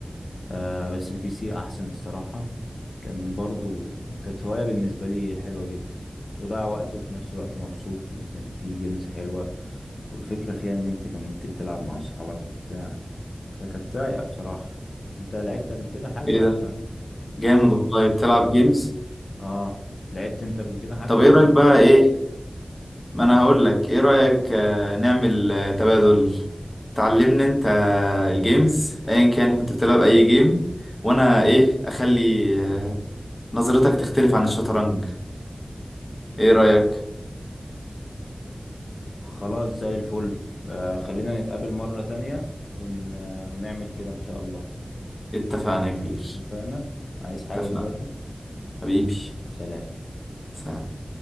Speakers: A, on the left (about 75°); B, on the left (about 30°).
A: آه بس البي سي احسن الصراحة كان برضو كانت هواية بالنسبة لي حلوة جدا كنت بضيع وقت وفي نفس الوقت مبسوط وكان في جيمز حلوة والفكرة فيها ان انت كان ممكن تلعب مع اصحابك وبتاع فكانت رايقة بصراحة انت لعبت قبل كده حاجة
B: ايه
A: ولا
B: ده جامد والله بتلعب جيمز
A: اه لعبت انت قبل كده حاجة
B: طب
A: ولا
B: ايه رأيك بقى
A: مالكش
B: ايه ما انا هقول لك ايه رأيك آه، نعمل آه، تبادل تعلمني انت الجيمز ايا كان كنت بتلعب اي جيم وانا ايه اخلي آه، نظرتك تختلف عن الشطرنج ايه رأيك
A: خلاص زي الفل آه خلينا نتقابل مرة تانية ون... آه، ونعمل كده إن شاء الله
B: اتفقنا يا كبير
A: اتفقنا عايز حاجة
B: اتفقنا
A: دلوقتي
B: حبيبي
A: سلام
B: سلام.